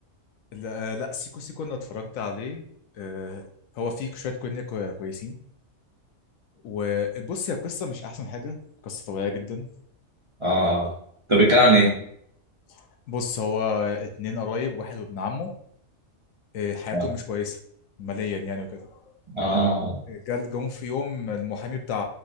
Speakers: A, on the left; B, on the right.
A: لا, آه، لا سيكو سيكو انا اتفرجت عليه آه هو فيه شويه كوميديا كوي- كويسين وبص هي القصه مش احسن حاجه قصه طبيعيه جدا
B: اه طب بيتكلم عن
A: آه
B: ايه
A: بص هو اتنين قرايب واحد وابن عمه آه حياتهم
B: اه
A: مش كويسه ماليا يعني وكده
B: اه
A: جال- جم في يوم المحامي بتاع